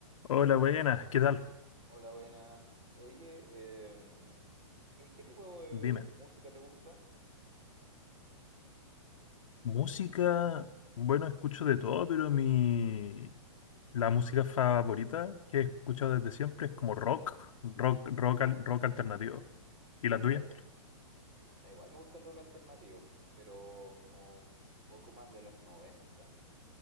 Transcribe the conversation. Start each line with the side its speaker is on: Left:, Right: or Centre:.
Left: Hola, buenas, ¿qué tal?
Right: Hola, buenas. Oye, em, ¿qué, qué tipo de
Left: Dime,
Right: música te gusta?
Left: música, bueno, escucho de todo, pero mi la música favorita que he escuchado desde siempre es como rock, rock, rock, al- rock alternativo. ¿Y la
Right: Rock
Left: tuya?
Right: alternativo. igual me gusta el rock alternativo, pero como un poco más de los 90.